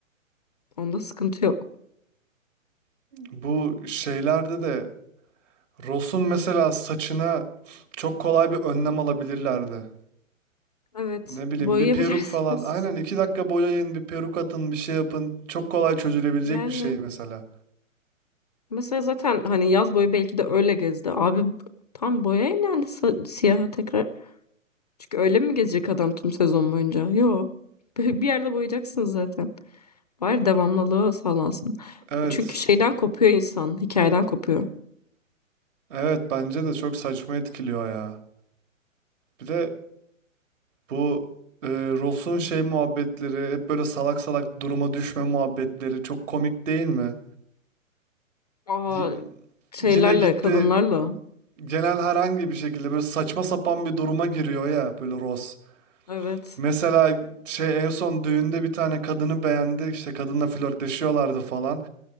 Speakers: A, on the left; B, on the right.
A: Onda sıkıntı yok.
B: Bu şeylerde de Ross'un mesela saçına çok kolay bir önlem alabilirlerdi.
A: Evet.
B: Ne bileyim
A: Boyayabilirsiniz.
B: bir peruk falan. Aynen iki dakika boyayın, bir peruk atın, bir şey yapın. Çok kolay çözülebilecek
A: Yani
B: bir şey mesela.
A: Mesela zaten hani yaz boyu belki de öyle gezdi. Abi tam boyayın yani sa- siyaha tekrar. Çünkü öyle mi gezecek adam tüm sezon boyunca? Yo. <laughs> Bir yerde boyayacaksın zaten. Bari devamlılığı sağlansın.
B: Evet.
A: Çünkü şeyden kopuyor insan. Hikayeden kopuyor.
B: Evet bence de çok saçma etkiliyor ya. Bir de bu e, Ross'un şey muhabbetleri, hep böyle salak salak duruma düşme muhabbetleri çok komik değil mi?
A: Aa,
B: Y-
A: şeylerle,
B: yine gitti
A: kadınlarla.
B: genel herhangi bir şekilde böyle saçma sapan bir duruma giriyor ya böyle Ross.
A: Evet.
B: Mesela şey en son düğünde bir tane kadını beğendi. işte kadınla flörtleşiyorlardı falan.